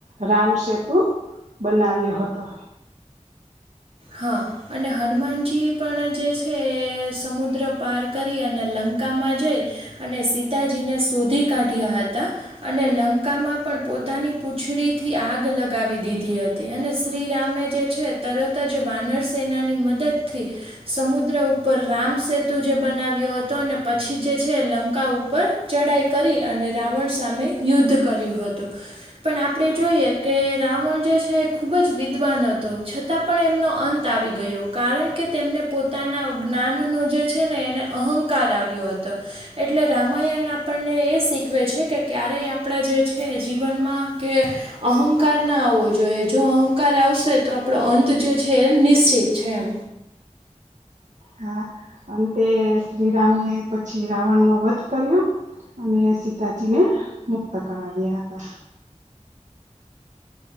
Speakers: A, on the right; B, on the right.
A: રામ સેતુ બનાવ્યો હતો.
B: હા! અને હનુમાનજી પણ જે છે, એ સમુદ્ર પાર કરી, અને લંકામાં જઈ. અને સીતાજીને શોધી કાઢ્યા હતા. અને લંકામાં પણ પોતાની પૂંછડીથી આગ લગાવી દીધી હતી. અને શ્રીરામે જે. છે તરત જ વાનર સેનાની મદદથી. સમુદ્ર ઉપર રામ સેતુ જે બનાવ્યો હતો. અને પછી જે છે લંકા ઉપર. ચઢાઈ કરી. અને રાવણ સામે યુદ્ધ કર્યું હતું. પણ આપણે જોઈએ કે, રાવણ જે છે એ ખૂબ જ વિદ્વાન હતો. છતાં પણ એમનો અંત આવી ગયો. કારણ કે તેમને પોતાના જ્ઞાનનો જે છે ને એને. અહંકાર આવ્યો હતો. એટલે રામાયણ આપણને એ શીખવે છે. કે ક્યારેય આપણા જે છે જીવનમાં કે. અહંકાર ના આવવો જોઈએ. જો અહંકાર આવશે તો આપડો અ. જે છે નિશ્ચિત છે એ.
A: હા! અંતે શ્રીરામે પછી, રાવણ નો વધ કર્યો. અને સીતાજીને મુક્ત કરાવ્યા હતા.